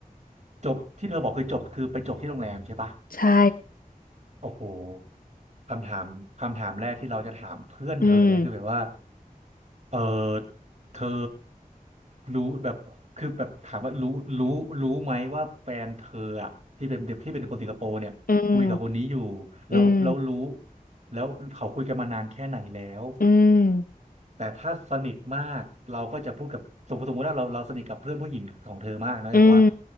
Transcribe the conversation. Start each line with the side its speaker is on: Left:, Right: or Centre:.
Right: จบที่เธอบอกคือจบ คือไปจบที่โรงแรมใช่ปะ
Left: ใช่
Right: โอ้โหคำถามคำถามแรกที่เราจะถามเพื่อนเธอเลยนะคือแบบว่า
Left: อืม
Right: เออเธอรู้แบบคือแบบถามว่ารู้รู้รู้ไหมว่าแฟนเธออะที่เป็นเด็กที่เป็นคนสิงคโปร์เนี่ยคุยกับคนนี้อยู่
Left: อืม
Right: แล้วแล้วรู้
Left: อืม
Right: แล้วเขาคุยกันมานานแค่ไหนแล้ว
Left: อืม
Right: แต่ถ้าสนิทมากเราก็จะพูดกับสมมติสมมติว่าเราเราสนิทกับเพื่อนผู้หญิงของเธอมากนะจะบอกว่า
Left: อืม